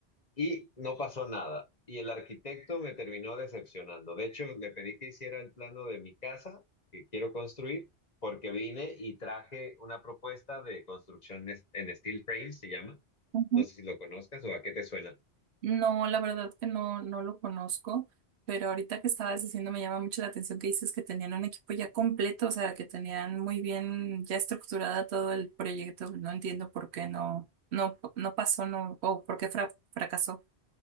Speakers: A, on the left; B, on the right.
A: y no pasó nada. Y el arquitecto me terminó decepcionando. De hecho, le pedí que hiciera el plano de mi casa que quiero construir, porque vine y traje una propuesta de construcción es- en steel frame, se llama.
B: ujú.
A: No sé si lo conozcas o a qué te suena.
B: No, la verdad que no, no lo conozco, pero ahorita que estabas diciendo me llama mucho la atención que dices que tenían un equipo ya completo, o sea, que tenían muy bien ya estructurada todo el proyecto. No entiendo por qué no, no, no pasó, no, o por qué fra- fracasó.